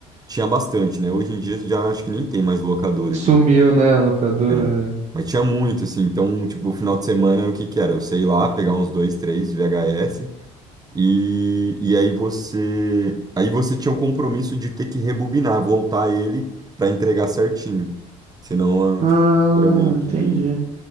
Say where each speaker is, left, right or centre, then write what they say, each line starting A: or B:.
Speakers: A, on the right (about 20°); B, on the right (about 45°).
A: tinha bastante, né? Hoje em dia já acho que nem tem mais locadoras
B: Sumiu,
A: de.
B: né, a locadora?
A: é,
B: né?
A: mas tinha muito, assim. Então, tipo, o final de semana, o que que era? Eu sei lá, pegar uns dois, três VHS e, e aí você. Aí você tinha o compromisso de ter que rebobinar, voltar ele pra entregar certinho. Senão,
B: Ah,
A: tipo, era meio que.
B: entendi.